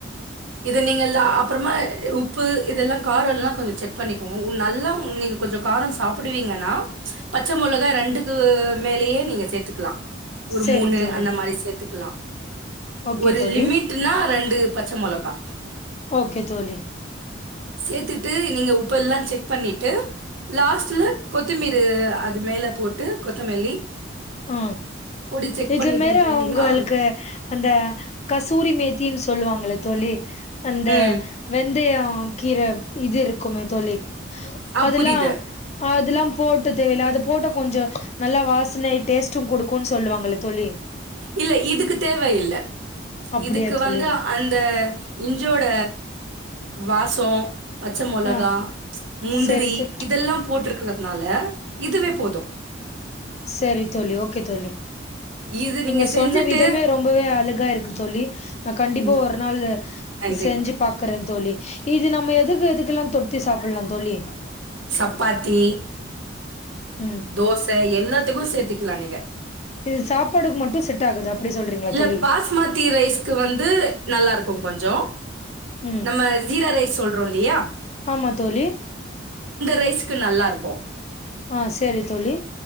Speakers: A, on the right (about 85°); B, on the left (about 35°).
A: இது நீங்க லா அப்றமா உப்பு இதெல்லா காரொல்லா கொஞ்ச செக் பண்ணிக்கோங்க உ நல்லா உ நீங்க கொஞ்சோ காரோ சாப்புடுவீங்கன்னா பச்ச மொளகா ரெண்டுக்கு மேலேயே நீங்க சேத்துக்லா ஒரு
B: செரி
A: மூணு
B: தோழி
A: அந்த மாரி சேத் துக்லா
B: ஓகே
A: ஒரு
B: தோழி
A: லிமிட்னா ரெண்டு பச்சமொளக் அ
B: ஓகே தோழி
A: சேத்துட்டு நீங்க உப்பெல்லா செக் பண்ணிட்டு லாஸ்ட்ல கொத்திமீரு அது மேலே போட்டு கொத்தமல்லி
B: ஆ
A: பொடி செக்
B: இதுல
A: பண்ணிட்டு
B: மேற
A: பண்ணிங்கன்னா
B: அவுங்களுக்கு அந்த கசூரி மேத்தின்னு சொல்லுவாங்கள தோழி அந்த
A: ம்
B: வெந்தயோ ஆ கீர இது இருக்குமே தோழி
A: ஆ
B: அதெல்லா
A: புரியுது
B: ஆதுல்லா போட்டு தெவைல அது போட்ட கொஞ்சோ நல்லா வாச்னை டேஸ்ட்டு குடுக்குன்னு சொல்லுவாங்கள தோழி
A: இல்ல இதுக்கு தேவ இல்ல
B: அப்டியா
A: இதுக்கு
B: தோழி
A: வந்து அந்த இஞ்சோட வாசோ பச்ச மொளகா
B: ஆ
A: முந்திரி
B: செரி தோழி
A: இதெல்லா போட்ருக் இருக்கறதுனால இதுவே போது
B: செரி தோழி ஓகே தோழி
A: இது
B: நீங்க
A: செஞ்சுட்டு
B: சொன்ன விதமே ரொம்பவே அழகா இருக்கு தோழி நா கண்டிப்பா
A: ம்
B: ஒரு நாள்
A: நன்றி
B: செஞ்சு பாக்கறே தோழி இது நம்ம எதுக்கு எதுக்கெல்லா தொ த்தி சாப்பிட்லா தோழி
A: சப்பாத்தி
B: ம்
A: தோச எல்லாத்துக்கு சேத்தி குல்ல நீங்க
B: இது சாப்பாடுக்கு மட்டு செட் ஆகுது அப்டி சொல்றீங்களா
A: இல்ல
B: தோழி
A: பாஸ்மதி ரைஸ்க்கு வந்து நல்லா இருக்கு கொஞ்சோ
B: ம்
A: நம்ம சீரா ரைஸ் சொல் ரோலியா
B: ஆமா தோழி
A: ரைஸ்க்கு நல்லா இருக்கொ
B: ஆ செரி தோழி